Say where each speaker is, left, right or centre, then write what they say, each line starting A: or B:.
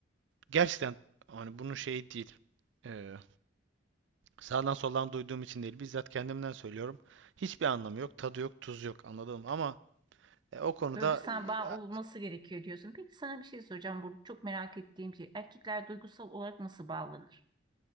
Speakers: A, on the right (about 70°); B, on the right (about 20°).
A: Gerçekten hani bunun şeyi değil. Ee, sağdan soldan duyduğum için değil. Bizzat kendimden söylüyorum. Hiçbir anlamı yok. Tadı yok. Tuzu yok. Anladım ama e, o konuda
B: Duygusal bağ
A: ya,
B: olması gerekiyor diyorsun. Peki sana bir şey soracağım. burada çok merak ettiğim şey. Erkekler duygusal olarak nasıl bağlanır?